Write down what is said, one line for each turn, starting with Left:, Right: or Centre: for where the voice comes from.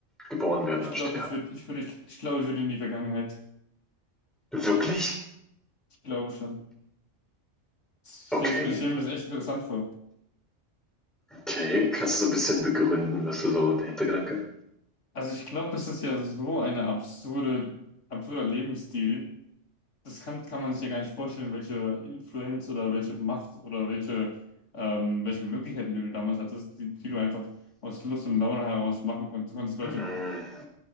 Centre: Geboren werden
Left: Ich
Centre: und
Left: glaube,
Centre: sterben.
Left: ich würde, ich würde, ich glaube, ich würde in die Vergangenheit.
Centre: Wirklich?
Left: Ich glaube schon. Stell
Centre: Okay.
Left: ich stelle mir das, stell mir das echt interessant vor.
Centre: Okay, kannst du so ein bisschen begründen, was du so der Hintergedanke?
Left: Also ich glaube, das ist ja so eine absurde, absurder Lebensstil. Das kann, kann man sich ja gar nicht vorstellen, welche Influenz oder welche Macht oder welche, ähm, welche Möglichkeiten, die du damals hattest, die, die du einfach aus Lust und Laune heraus machen konntest. Du konntest Leute
Centre: Hm,